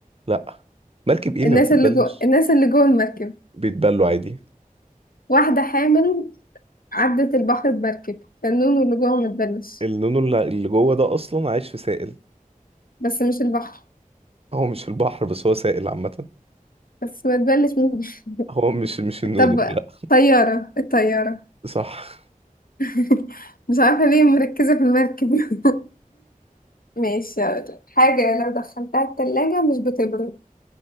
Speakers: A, on the right; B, on the left.
A: لا مركب ايه اللي
B: الناس
A: ما بتتبلش
B: اللي جوه الناس اللي جوه المركب
A: بيتبلوا عادي
B: واحدة حامل عدت البحر بمركب فالنون واللي جوه ما تبلش
A: النونو اللي اللي جوه ده اصلا عايش في سائل
B: بس مش البحر
A: هو مش في البحر بس هو سائل عامة
B: بس ما تبلش من البحر
A: هو مش مش النونو
B: طب
A: لا
B: طيارة الطيارة
A: صح
B: <laughs> مش عارفة ليه مركزة في المركب <laughs> ماشي هقولك. حاجة لو دخلتها التلاجة مش بتبرد